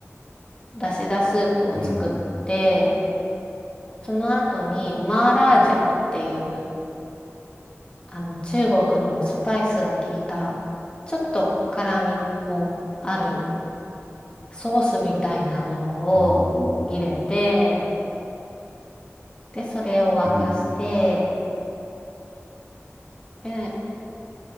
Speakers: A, on the left; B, on the right.
A: 出汁だスープを作って、
B: うん。
A: その後に、マーラージャオっていう、あの、中国のスパイスが効いた、ちょっと辛みもあるソースみたいなものを入れて、
B: へえ
A: で、それを沸かして、
B: うん。
A: で、